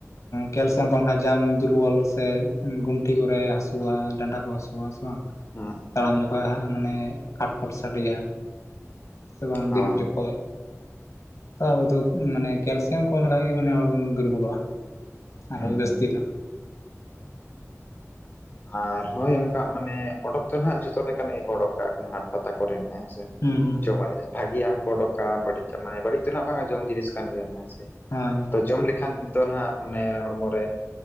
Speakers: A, on the left; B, on the left.
A: ᱠᱮᱞᱥᱤᱭᱟᱢ ᱠᱚ ᱵᱟᱝ ᱠᱷᱟᱡ ᱡᱟᱝ ᱫᱩᱨᱵᱚᱞ ᱥᱮ ᱜᱩᱱᱴᱷᱤ ᱠᱚᱨᱮ ᱦᱟᱹᱥᱩᱣᱟ᱾ ᱰᱟᱱᱰᱟ ᱠᱚ ᱦᱟᱥᱩᱣᱟ ᱥᱮ ᱵᱟᱝ?
B: ᱦᱮᱸᱻ᱾
A: ᱛᱟᱲᱟᱢ ᱡᱚᱠᱷᱚᱡ ᱦᱟᱸᱜ ᱢᱟᱱᱮ ᱠᱷᱟᱴ ᱠᱚᱴ ᱥᱟᱰᱮᱭᱟ᱾ ᱥᱮ ᱵᱟᱝ
B: ᱦᱮᱸ
A: ᱵᱤᱨᱤᱫ ᱡᱚᱠᱷᱚᱡ᱾ ᱛᱚ ᱟᱵᱚ ᱫᱚ ᱢᱟᱱᱮ ᱠᱮᱞᱥᱤᱭᱟᱢ ᱠᱚᱢ ᱞᱮᱠᱷᱟᱱ ᱢᱟᱱᱮ ᱦᱚᱲ ᱵᱚᱱ ᱫᱩᱨᱵᱚᱞᱚᱜᱼᱟ᱾ ᱟᱨᱦᱚᱸ
B: ᱦᱮᱸ
A: ᱡᱟᱹᱥᱛᱤ ᱫᱚ
B: ᱟᱨ ᱦᱳᱭ ᱚᱱᱠᱟ ᱢᱟᱱᱮ ᱚᱰᱚᱠ ᱛᱮ ᱦᱟᱸᱜ ᱡᱷᱚᱛᱚ ᱞᱮᱠᱟᱱᱟᱜ ᱜᱮ ᱚᱰᱚᱠ ᱠᱟᱜ ᱠᱚ ᱦᱟᱴ ᱯᱟᱛᱟ ᱠᱚᱨᱮ ᱦᱮᱸ ᱥᱮ
A: ᱦᱩᱸ
B: ᱡᱚᱢᱟᱜ ᱡᱤᱱᱤᱥ ᱵᱷᱟᱜᱤᱭᱟᱜ ᱦᱚᱸᱠᱚ ᱚᱰᱳᱠ ᱠᱟᱜᱼᱟ ᱵᱟᱹᱲᱤᱡᱟᱜ ᱵᱟᱹᱲᱤᱡ ᱫᱚ ᱦᱟᱜ ᱵᱟᱝᱼᱟ ᱡᱚᱢ ᱡᱤᱱᱤᱥ ᱠᱟᱱ ᱜᱮᱭᱟ ᱦᱸ ᱥᱮ᱾
A: ᱦᱳᱭ᱾
B: ᱛᱚ ᱡᱚᱢ ᱞᱮᱠᱷᱟᱱ ᱫᱚ ᱱᱟᱜ ᱢᱟᱱᱮ ᱦᱚᱲᱢᱚ ᱨᱮ